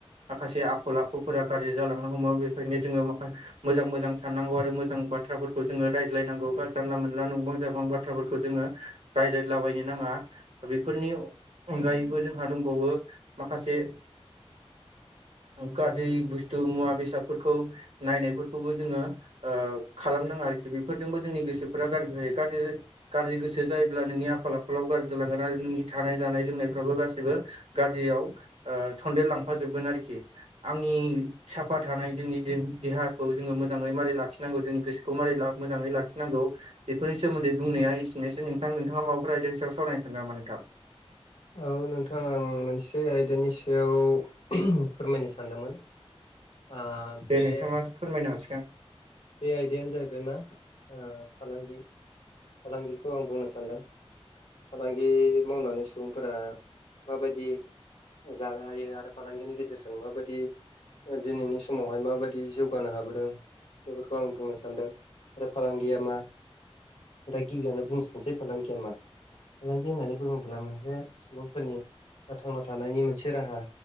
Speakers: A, on the right; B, on the left.
A: माखासे आखल आखुफोरा गाज्रि जालांनो हमो बेखायनो जोङो माखा मोजां मोजां साननांगौ आरो मोजां बाथ्राफोरखौ जोङो रायज्लायनांगौ बा जानला मोनला नंबां जाबां बाथ्राफोरखौ जोङो। रायज्लायलाबायनो नाङा‌। दा बेफोरनि अनगायैबो जोंहा दंबावो माखासे गाज्रि बुस्थु मुवा बेसादफोरखौ नायनाय खौबो जोङो ओ खालामनााङा आरोखि बेफोरजोंबो जोंनि गोसोफोरा गाज्रि जायो गाज्रि गाज्रि गोसो जायोब्ला नोंनि आखल आखालावबो गाज्रि जालांगोन आरो नोंनि थानाय जानाय लोंनायफ्राबो गासैबो गाज्रियाव ओ सन्देर लांफाजोबगोन आरोखि। आंनि साफा थानाय जोंनि दे- देहा खौ जोङो मोजाङै मारोरै लाखिनांगौ जोंनि गोसोखौ मारै मोजाङै लाखिनांगौ बेफोरनि सोमोन्दै बुंनाया एसेनोसै नोंथां नोंथाङा माबाफोर आयदानि सायाव सावरायनो सानदों नामा नोंथां?
B: औ नोंथां आं मोनसे आयदानि सायाव फोरमायनो सानदोंमोन। ओ
A: दे
B: बे
A: नोंथाङा फोरमायनो हासिगोन।
B: बे आयदायानो जाहैबाय मा फालांगि फालांगिखौ आं बुंनो सानदों। फालांगि मावनानै सुबुंफोरा माबायदि। जानो हायो आरो फालांगिनि गेजेरजों माबायदि दिनैनि समावहाय माबायदि जौगानो हाबोदों। बेफोरखौ आं बुंनो सान्दों आरो फालांगिया मा दा गिबियावनो बुं मोनसे फालांगिया मा फालांगि होननानै बुङोब्ला मोनसे सुबुंफोरनि थांना थानायनि मोनसे राहा